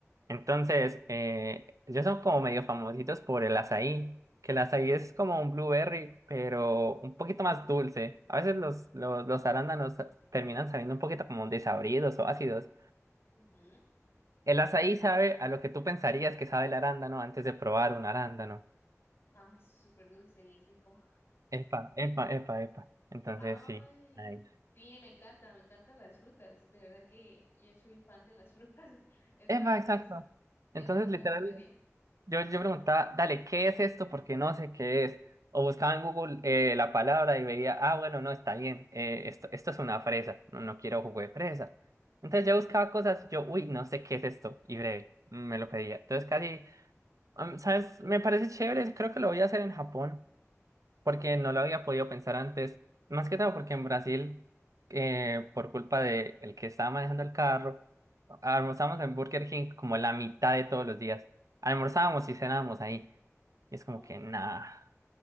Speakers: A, on the right; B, on the left.
A: Entonces, eh, ellos son como medio famositos por el azaí, que el azaí es como un blueberry, pero un poquito más dulce. A veces los, los, los arándanos terminan saliendo un poquito como desabridos o ácidos.
B: Ujú.
A: El azaí sabe a lo que tú pensarías que sabe el arándano antes de probar un arándano.
B: Ah, súper dulce y rico.
A: Epa, epa, epa, epa. Entonces,
B: Ay,
A: sí. Nice.
B: sí, me encanta, me encantan las frutas. De verdad que yo soy fan de las frutas, <laughs> entonces
A: Epa, exacto.
B: seguro
A: Entonces,
B: me
A: literal,
B: gustaría.
A: Yo, yo preguntaba, dale, ¿qué es esto? Porque no sé qué es. O buscaba en Google eh, la palabra y veía, ah, bueno, no, está bien, eh, esto, esto es una fresa, no, no quiero jugo de fresa. Entonces yo buscaba cosas, yo, uy, no sé qué es esto, y breve, mm, me lo pedía. Entonces casi, am, ¿sabes? Me parece chévere, creo que lo voy a hacer en Japón porque no lo había podido pensar antes, más que todo porque en Brasil, eh, por culpa de el que estaba manejando el carro, almorzábamos
B: Ajá.
A: en Burger King como la mitad de todos los días. Almorzábamos y cenábamos ahí. Y es
B: Ay,
A: como que nada.